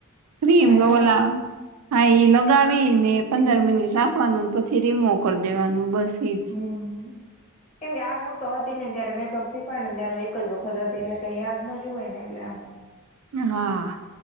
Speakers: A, on the right (about 85°); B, on the left (about 30°).
A: ક્રીમ
B: એટલેમાં
A: લોલા. હા, એ લગાવી ને પંદર
B: હમ
A: મિનિટ રાખવાનું, પછી રીમોવ કરી દેવાનું, બસ એ
B: હમ.
A: <unintelligible>
B: કેમ કે આ હું તો હતી ને ત્યારે, મેકઅપ શીખવાડતા ને, ત્યારે હ, એક જ વખત હતી, એટલે કઈ યાદ ન રહ્યું હોય ને, એટલે આમ.
A: હા.